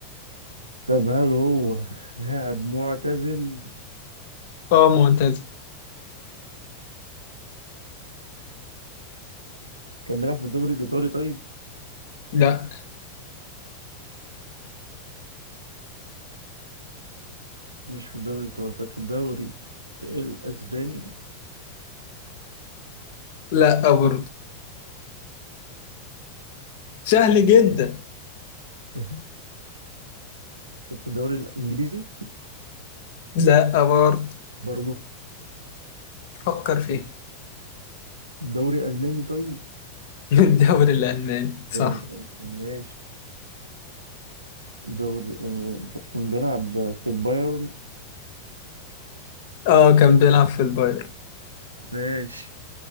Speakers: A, on the right; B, on the left.
A: طب هل هو لاعب معتزل؟
B: اه معتزل
A: كان بيلعب في الدوري الإيطالي طيب؟
B: لا
A: مش في الدوري الإيطالي طب في الدوري الأسباني؟
B: لا برضه سهل جدا
A: <laughs> طب في الدوري الإنجليزي؟
B: لا برضه
A: برضه
B: فكر فيها <laughs>
A: دوري ألماني طيب؟
B: من الدوري الألماني صح
A: الدوري الألماني ماشي دوري آه، كان بيلعب في البايرن
B: اه كان بيلعب في الباير
A: ماشي